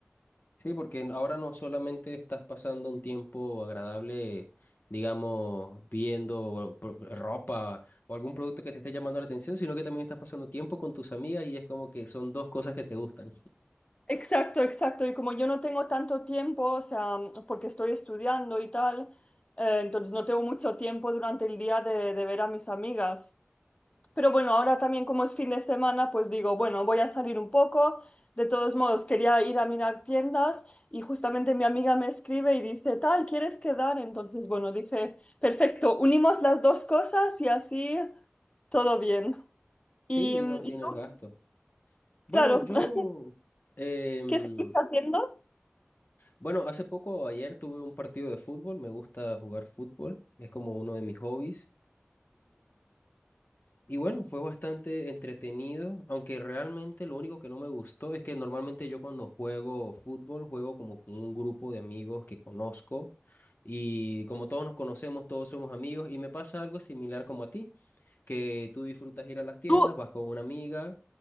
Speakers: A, on the left; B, on the left.
A: Sí, porque ahora no solamente estás pasando un tiempo agradable, digamos, viendo pro- ropa o algún producto que te esté llamando la atención, sino que también estás pasando tiempo con tus amigas y es como que son dos cosas que te gustan.
B: Exacto, exacto. Y como yo no tengo tanto tiempo, o sea, porque estoy estudiando y tal, eh, entonces no tengo mucho tiempo durante el día de, de ver a mis amigas. Pero bueno, ahora también como es fin de semana, pues digo, bueno, voy a salir un poco. De todos modos, quería ir a mirar tiendas y justamente mi amiga me escribe y dice, tal, ¿quieres quedar? Entonces, bueno, dije, perfecto, unimos las dos cosas y así todo bien. Y,
A: Sí,
B: y
A: y no tienes
B: tú,
A: gasto. Bueno,
B: claro,
A: yo,
B: <laughs>
A: em,
B: ¿qué estás haciendo?
A: bueno, hace poco, ayer tuve un partido de fútbol, me gusta jugar fútbol, es como uno de mis hobbies Y bueno, fue bastante entretenido, aunque realmente lo único que no me gustó es que normalmente yo cuando juego fútbol juego como con un grupo de amigos que conozco y como todos nos conocemos, todos somos amigos y me pasa algo similar como a ti, que tú disfrutas ir a las tiendas,
B: Tú,
A: vas con una amiga